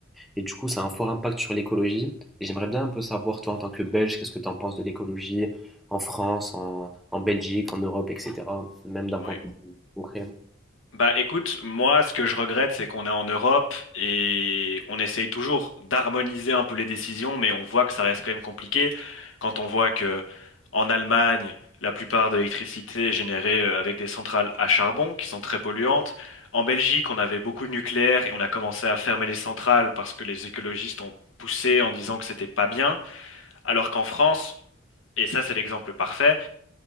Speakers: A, in the centre; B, on the left.
A: et du coup, ça a un fort impact sur l'écologie. Et j'aimerais bien un peu savoir, toi, en tant que Belge, qu'est-ce que tu en penses de l'écologie en France, en, en Belgique, en Europe, etc., même d'un
B: Oui.
A: point de vue concret.
B: Bah écoute, moi ce que je regrette c'est qu'on est en Europe et on essaye toujours d'harmoniser un peu les décisions, mais on voit que ça reste quand même compliqué quand on voit que en Allemagne la plupart de l'électricité est générée euh, avec des centrales à charbon qui sont très polluantes. En Belgique on avait beaucoup de nucléaire et on a commencé à fermer les centrales parce que les écologistes ont poussé en disant que c'était pas bien, alors qu'en France, et ça c'est l'exemple parfait,